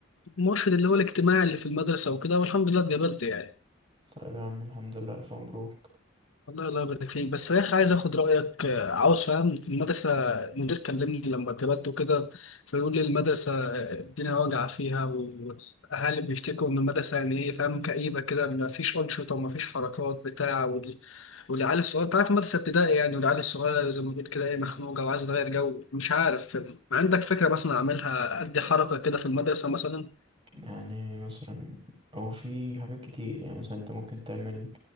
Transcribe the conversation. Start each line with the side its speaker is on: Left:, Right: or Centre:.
Left: المرشد اللي هو الاجتماعي اللي في المدرسة وكده والحمد لله اتقبلت يعني
Right: طيب يا عم الحمد لله ألف مبروك
Left: والله الله يبارك فيك بس يا اخي عايز اخد رايك آه، عاوز فاهم المدرسه المدير كلمني لما اتقبلت وكده فيقول لي المدرسه آه، الدنيا واجعه فيها والاهالي بيشتكوا ان المدرسه يعني ايه فاهم كئيبه كده ما فيش انشطه وما فيش حركات بتاع وال... والعيال الصغيره انت عارف المدرسه ابتدائي يعني والعيال الصغيره زي ما قلت كده ايه مخنوقه وعايزه تغير جو مش عارف عندك فكره مثلا اعملها ادي حركه كده في المدرسه مثلا
Right: يعني مثلا أو في حاجات كتير يعني مثلا انت ممكن تعمل